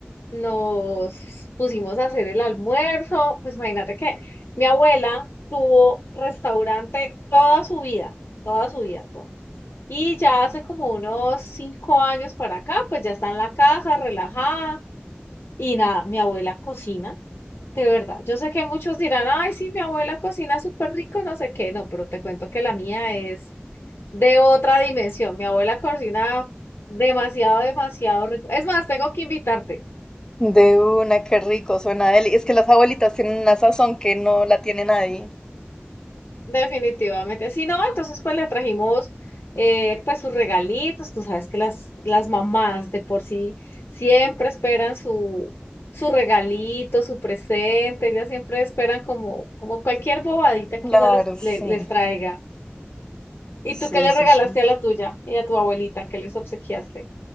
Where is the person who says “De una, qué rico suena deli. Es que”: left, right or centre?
Left